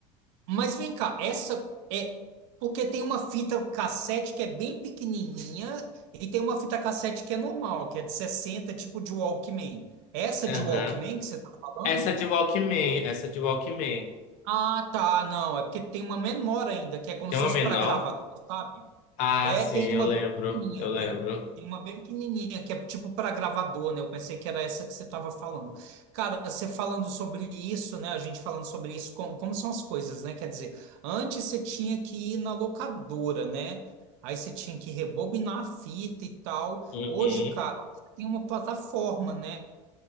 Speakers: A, on the right; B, on the left.
A: Mas vem cá, essa é porque tem uma fita cassete que é bem pequenininha e tem uma fita cassete que é normal, que é de 60, tipo de Walkman. Essa
B: Aham.
A: de Walkman que você tá falando?
B: Essa de Walkman, essa de Walkman.
A: Ah, tá, não, é porque tem uma menor ainda, que é como
B: Tem
A: se
B: uma
A: fosse
B: menor?
A: para gravador, sabe?
B: Ah,
A: É,
B: sim,
A: tem
B: eu
A: uma
B: lembro,
A: bem pequenininha,
B: eu lembro.
A: tem, tem uma bem pequenininha que é tipo para gravador, né? Eu pensei que era essa que você estava falando. Cara, você falando sobre isso, né? A gente falando sobre isso, com- como, são as coisas, né? Quer dizer, antes você tinha que ir na locadora, né? Aí você tinha que rebobinar a fita e tal.
B: Uhum.
A: Hoje, cara, você tem uma plataforma, né?